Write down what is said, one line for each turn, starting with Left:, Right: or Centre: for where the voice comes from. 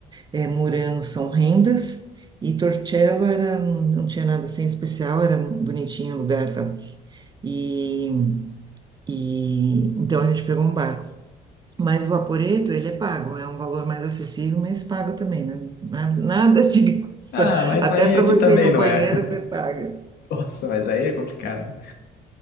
Right: é, Murano são rendas e Torcello era, não tinha nada assim especial, era bonitinho o lugar, sabe? E, e então a gente pegou um barco. Mas o Vaporetto, ele é pago, é um valor mais acessível, mas pago também, né? Na- Nada de <laughs> graça.
Left: Ah, mas
Right: Até
Left: aí
Right: para
Left: aqui
Right: você
Left: também
Right: ir no
Left: não
Right: banheiro,
Left: é. <laughs>
Right: você paga.
Left: Nossa, mas aí é complicado.